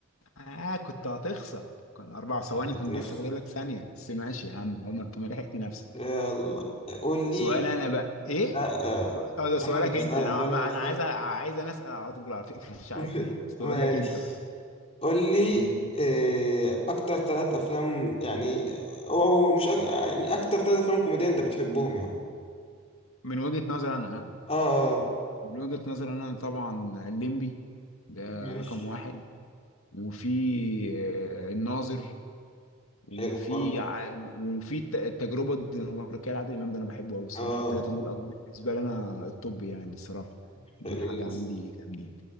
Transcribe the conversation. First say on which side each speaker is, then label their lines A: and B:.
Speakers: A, on the left; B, on the left.
A: اه كنت هتخسر كان اربع ثواني
B: <laughs>
A: كنت لسه فاضل لك ثانيه بس ماشي يا عم عمر كمان لحقت نفسك
B: يلا قول لي
A: سؤال انا بقى ايه
B: لا آه.
A: اه ده سؤالك
B: انا اللي اسالك
A: انت انا عم...
B: انا
A: انا
B: اللي اسالك
A: عايز أ- عايز انا اسال على طول على فكره <laughs> مش
B: <laughs>
A: عارف ليه سؤالك
B: ماشي
A: انت بقى
B: قول لي
A: مم.
B: آه، اكتر ثلاث افلام يعني او أو مش أك... يعني اكتر ثلاث افلام كوميدية انت بتحبهم يعني
A: من وجهه نظر انا ها
B: اه آه.
A: من وجهه نظر انا طبعا الليمبي ده
B: ماشي
A: رقم واحد وفي آه، الناظر وفي
B: حلو برضه
A: ع... وفي الت- التجربه الدنماركيه لعادل امام ده انا بحبه قوي الصراحه
B: اه
A: الثلاثه دول اكبر بالنسبه لي انا الطب يعني الصراحه دول
B: حلو
A: حاجه
B: يس.
A: عندي جامدين